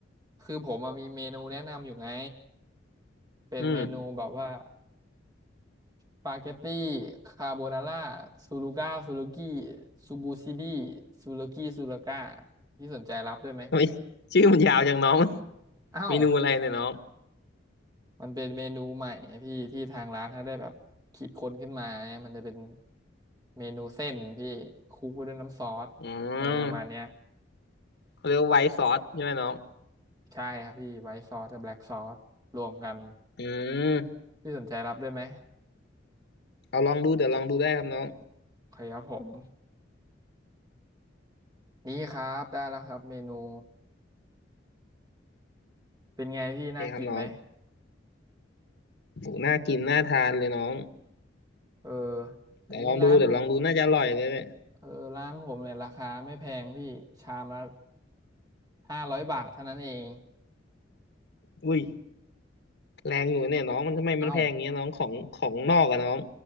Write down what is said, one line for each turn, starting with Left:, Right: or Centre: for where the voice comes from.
Right: คือผมอะมีเมนูแนะนำอยู่ไงเป็นเมนูแบบว่า
Left: อืม
Right: สปาเกตตี้คาโบนาร่าซูลูก้าซูลูกี้ซูบูซิดี้ซูลูกี้ซูลูก้าพี่สนใจรับด้วยไหม
Left: ทำไมชื่อมันยาวจังน้อง
Right: เอ้าว
Left: เมนูอะไรเนี่ยน้อง
Right: มันเป็นเมนูใหม่พี่ที่ทางร้านเขาได้แบบคิดค้นขึ้นมาเนี่ยมันจะเป็นเมนูเส้นพี่คลุกไว้ด้วยน้ำซอสอะไรประมาณเนี้ย
Left: อืมเขาเรียกว่าไวท์ซอสใช่ไหมน้อง
Right: ใช่ครับพี่ไวท์ซอสกับแบล็กซอสรวมกัน
Left: อืม
Right: พี่สนใจรับด้วยไหม
Left: เอาลองดูเดี๋ยวลองดูได้ครับน้อง
Right: โอเคครับผม นี่ครับได้แล้วครับเมนูเป็นไงพี่น่ากินไหม
Left: โอเคครับน้องโหน่ากินน่าทานเลยน้อง
Right: เอออันนี้ร้านผม
Left: เดี๋ยวลองดูเดี๋ยวลองดูน่าจะอร่อยเลยเนี่ย
Right: เออร้านผมเนี่ยราคาไม่แพงพี่ชามละห้าร้อยบาทเท่านั้นเอง
Left: อุ้ย แรงอยู่เนี่ยน้องมันทำไมมันแพงอย่างเงี้ยน้องของของนอกอะน้อง
Right: เอ้า